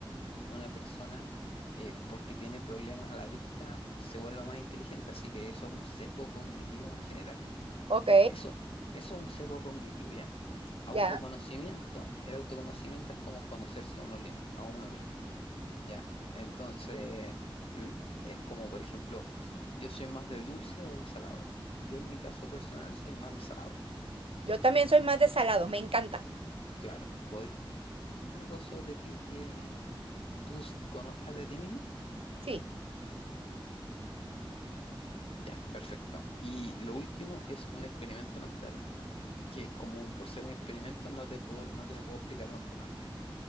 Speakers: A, on the left (about 85°); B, on the right (about 80°).
A: una persona eh, porque tiene problemas a la vista se vuelva más inteligente, así que eso es un sesgo cognitivo en general.
B: Ok,
A: Eso, eso es un sesgo cognitivo, ¿ya? Autoconocimiento,
B: ya.
A: el autoconocimiento es como conocerse a uno, li- a uno mismo. ¿ya? Entonces, l- es como, por ejemplo, yo soy más de dulce o de salado. Yo en mi caso personal soy más de salado.
B: Yo también soy más de salado, me encanta.
A: Claro, ¿podría decir algo sobre ti que tú s- conozcas de ti misma?
B: Sí,
A: Ya, perfecto. Y lo último es un experimento mental que como por ser un experimento no te puedo, no te lo puedo explicar de antemano.